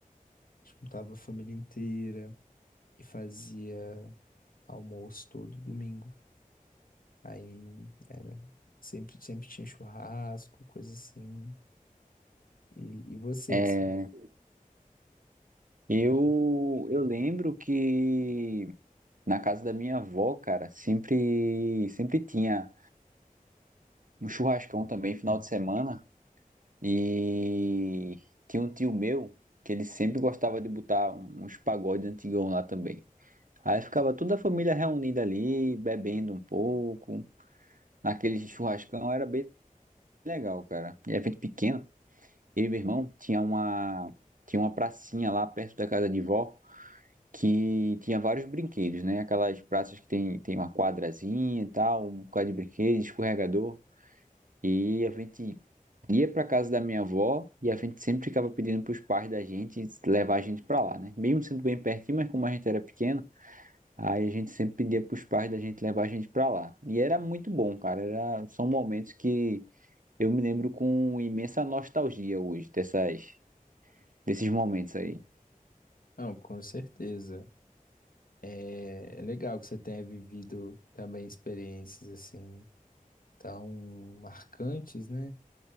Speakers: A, on the left (about 75°); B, on the right (about 65°).
A: Juntava a família inteira e fazia almoço todo domingo. Aí era sempre, sempre tinha churrasco, coisa assim. E, e você,
B: É,
A: assim?
B: Eu, eu lembro que na casa da minha avó, cara, sempre, sempre tinha um churrascão também, final de semana. E tinha um tio meu que ele sempre gostava de botar um, uns pagodes antigão lá também. Aí ficava toda a família reunida ali, bebendo um pouco. Naquele churrascão era bem legal, cara. E a gente pequeno, eu e meu irmão, tinha uma, tinha uma pracinha lá perto da casa de vó. que tinha vários brinquedos, né? Aquelas praças que tem, tem uma quadrazinha e tal, um bocado de brinquedo, escorregador. E a gente ia pra casa da minha avó e a gente sempre ficava pedindo pros pais da gente levar a gente pra lá, né? Mesmo sendo bem pertinho, mas como a gente era pequeno, aí a gente sempre pedia pros pais da gente levar a gente pra lá. E era muito bom, cara. Era, são momentos que eu me lembro com imensa nostalgia hoje dessas, desses momentos aí.
A: Não, com certeza. É, é legal que você tenha vivido também experiências assim tão marcantes, né?